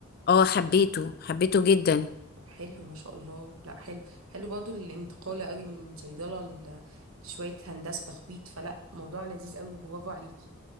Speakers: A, on the left; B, on the right.
A: اه حبيته حبيته جدا
B: طب حلو ما شاء الله لا حلو حلو برضه الانتقال قوي من صيدله ل- لشويه هندسه تخبيط فلا موضوع لذيذ قوي برافو عليكي